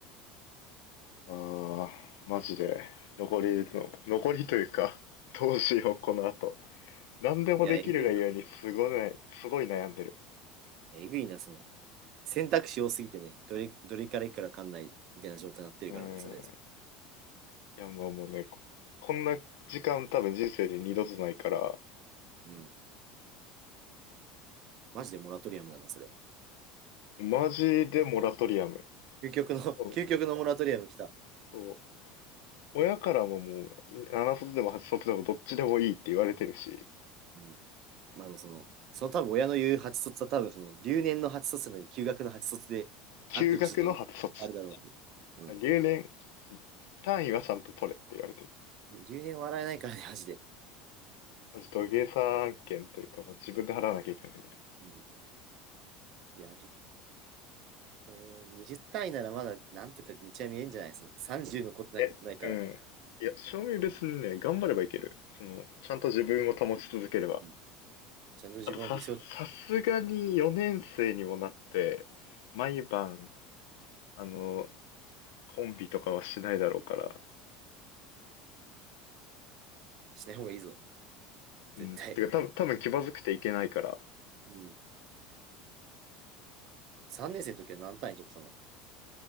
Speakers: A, on the left; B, on the right.
A: ああ、マジで。残りの、残りというか、どうしよう、この後。何でもできるがゆえにすごいね、
B: いや、えぐい
A: すごい悩んでる。
B: えぐいな、その、選択肢多すぎてね、どれ、どれからいくかわかんないみたいな状態になってるからな、
A: うん。
B: それ。
A: いや、まあもうね、ここんな時間多分人生で二度とないから、
B: うん。マジでモラトリアムだな、それ。
A: マジでモラトリアム。
B: 究極の、<laughs>
A: そう。
B: 究極のモラトリアム来た。
A: そう親からももう、7卒でも8卒でもどっちでもいいって言われてるし、
B: うん。まあ、その、その多分親の言う8卒は多分その、留年の8卒なのに休学の8卒であってほしいってね、
A: 休学の8卒。
B: あるだろう、ね。うん。
A: 留年単位はちゃんと取れって言われてる。
B: 留年笑えないからね、マジで。
A: マジ土下座案件というか、もう自分で払わなきゃいけなくなる。
B: うん。いや、うん、20単位ならまだなんとか道は見えんじゃないその ?30 残ってないないから、
A: え、うん。いや、正味別にね、頑張ればいける。その、ちゃんと自分を保ち続ければ。
B: うん、ちゃんと自分を理想
A: あとさ、さすがに4年生にもなって、毎晩、あの、コンビとかはしないだろうから、
B: しない方がいいぞ、絶対。
A: うん、てか多分、多分気まずくていけないから、
B: うん、3年生の時は何単位取ってたの